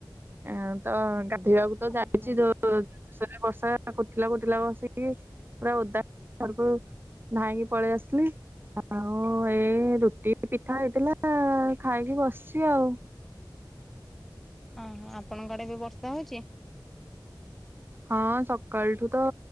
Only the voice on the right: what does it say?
ଆ ତ ଗାଧୋଇବାକୁ ତ
ଯାଇଛି ଯୋର ହଁ ସେଠି ବର୍ଷା କୁଟିଲା କୁଟିଲା କସିକି ପୁରା ଓଦା ହେଇ ଘରକୁ ଧାଇଁକି ପଳେଇ ଆସିଲି। ଆଉ ଏ ରୁଟି ପିଠା ହେଇଥିଲା ଖାଇକି ବସିଛି ଆଉ।
ହଁ ସକାଳଠୁ ତ